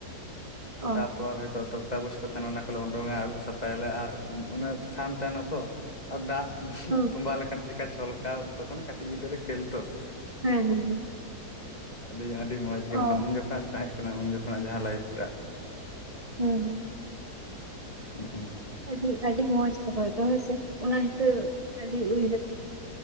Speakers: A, on the right (about 30°); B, on the left (about 25°).
A: ᱚ
B: ᱛᱟᱨᱯᱚᱨ ᱦᱚᱭᱛᱚ ᱛᱚᱠ ᱾ ᱠᱟᱜᱚᱥ ᱠᱚ ᱛᱟᱦᱮᱱᱟ ᱚᱱᱟ ᱠᱚᱞᱮ ᱩᱰᱚᱝᱼᱟ ᱟᱹᱨᱩᱵ ᱥᱟᱯᱷᱟᱭᱟᱞᱮ ᱟᱨ ᱚᱱᱟ ᱪᱷᱟᱱ ᱛᱟᱦᱮᱱᱟ ᱛᱚ ᱾ ᱟᱨ ᱫᱟᱜ
A: ᱦᱩᱸ
B: ᱛᱚᱸᱵᱟ ᱞᱮᱠᱷᱟᱱ ᱪᱮᱜᱠᱟ ᱪᱷᱚᱞᱠᱟᱣ ᱛᱚᱠᱷᱚᱱ ᱠᱟᱹᱴᱤᱡ ᱜᱤᱫᱽᱨᱟᱹ ᱠᱷᱮᱞ ᱛᱚ ᱾
A: ᱦᱮᱸ ᱦᱮᱸ ᱦᱮᱸ,
B: ᱟᱹᱰᱤ ᱟᱹᱰᱤ ᱢᱚᱡᱽ ᱜᱮ
A: ᱚ
B: ᱢᱟᱱᱮ ᱩᱱ ᱡᱚᱠᱷᱟᱜ ᱛᱟᱦᱮᱸᱡ ᱠᱟᱱᱟ ᱩᱱ ᱡᱚᱠᱷᱚᱱᱟᱜ ᱡᱟᱦᱟᱸ ᱞᱟᱭᱤᱯᱷᱴᱟᱜ ᱾
A: ᱦᱩᱸ ᱦᱩᱸ,
B: ᱦᱩᱸᱜᱼᱩᱸ ᱾
A: ᱟᱹᱰᱤ ᱟᱹᱰᱤ ᱢᱚᱸᱡᱽ ᱜᱮ ᱦᱚᱭ ᱫᱚ ᱦᱳᱭ ᱥᱮ ᱚᱱᱟ ᱦᱤᱸᱛᱚᱜ ᱟᱹᱰᱤ ᱩᱭᱦᱟᱹᱨ